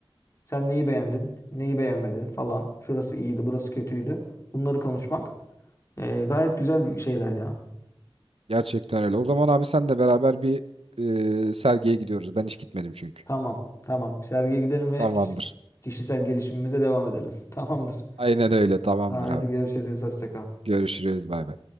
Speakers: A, on the left; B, on the right.
A: Sen neyi beğendin, neyi beğenmedin falan. Şurası iyiydi, burası kötüydü. Bunları konuşmak. E, gayet güzel şeyler ya.
B: Gerçekten öyle. O zaman abi sen de beraber bir e, sergiye gidiyoruz. Ben hiç gitmedim çünkü.
A: Tamam. Tamam. Sergiye gidelim ve
B: Tamamdır.
A: kiş- kişisel gelişimimize devam edelim. <laughs> Tamamdır.
B: Aynen öyle. Tamamdır
A: Haydi
B: abi.
A: görüşürüz. Hoşça kal.
B: Görüşürüz. Bay bay.